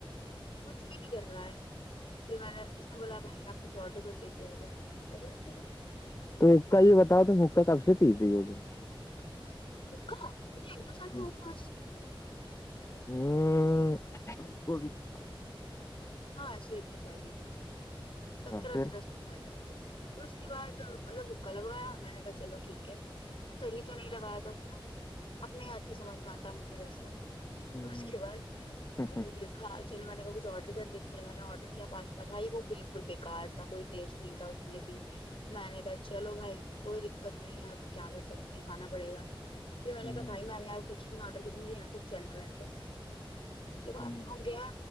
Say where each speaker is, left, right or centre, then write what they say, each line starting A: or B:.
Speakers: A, on the left (about 70°); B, on the left (about 30°).
A: کچھ بھی نہیں کر رہا ہے پھر میں نے اس نے بولا بھائی آپ کچھ آرڈر کر لیجیے مینے بولا چلو ٹھیک ہے
B: تو حکا یہ بتاؤ تم حکا کب سے پیس دیی ہو تم
A: <unintelligible>
B: تم ہوں کوب تھا
A: ہاں شیک ہے سا سب
B: تھا
A: طرح
B: پھر
A: طرح پھر اس کے بعد مطلب بھکا لگوایا میں نے کہا چلو ٹھیک ہے صحیح تو نہیں لگایا تھا اس نے اپنے آیاد کی سمجھ میں آتا مجھے ویسے
B: ہوں
A: اس
B: ہوں
A: کے بعد
B: ہوں
A: میں نے دیکھا چلو میں نےب کچھ آڈر کر دیتے ہیں میں نے آڈر کیا پاستا بھائی وہ بال کل بیکار تھا کوئی کوئی ٹیسٹ نہیں تھا اس بھی میں نے کہا چلو بھائی کوئی دقت نہیں ہے آپ کیا کر سکتے ہیں کھانا پڑے گا پھر میں نے کہا
B: ہوں
A: بھائی میں ابھی یہاں کچھ نہیں آڈر کروں گی یہاں سے چل رہے ہیں بس بعد
B: ہوں
A: وہ گیا